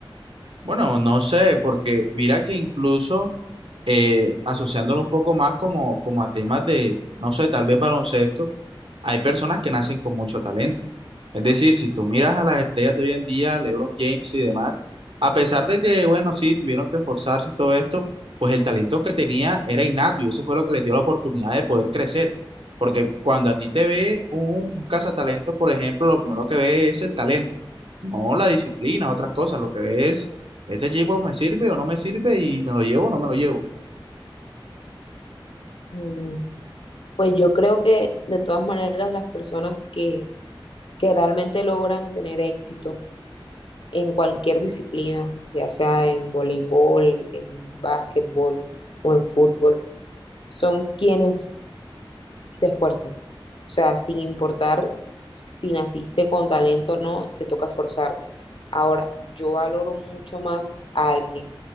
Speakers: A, on the right (about 80°); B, on the left (about 75°).
A: Bueno, no sé, porque mira que incluso eh, asociándolo un poco más como, como a temas de, no sé, tal vez baloncesto, hay personas que nacen con mucho talento. Es decir, si tú miras a las estrellas de hoy en día, LeBron James y demás, a pesar de que, bueno, sí, tuvieron que esforzarse y todo esto, pues el talento que tenía era innato y eso fue lo que les dio la oportunidad de poder crecer. Porque cuando a ti te ve un, un cazatalento, por ejemplo, lo primero que ve es el talento, no la disciplina, otras cosas. Lo que ve es, este equipo me sirve o no me sirve y me lo llevo o no me lo llevo.
B: Mm, Pues yo creo que de todas maneras las personas que, que realmente logran tener éxito en cualquier disciplina, ya sea en voleibol, en básquetbol o en fútbol, son quienes se esfuerzan. O sea, sin importar si naciste con talento o no, te toca esforzarte. Ahora, yo valoro mucho más a alguien